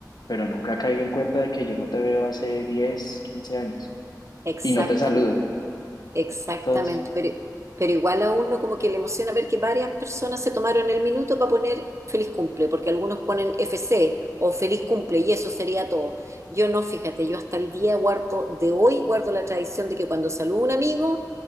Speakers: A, on the left (about 70°); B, on the right (about 40°).
A: pero nunca caigo en cuenta de que yo no te veo hace diez quince años
B: exactamente
A: y no te saludo.
B: Exactamente,
A: Entonces,
B: pero, pero igual a uno como que le emociona ver que varias personas se tomaron el minuto para poner feliz cumple, porque algunos ponen FC o feliz cumple y eso sería todo. Yo no, fíjate, yo hasta el día guardo, de hoy guardo la tradición de que cuando saludo a un amigo,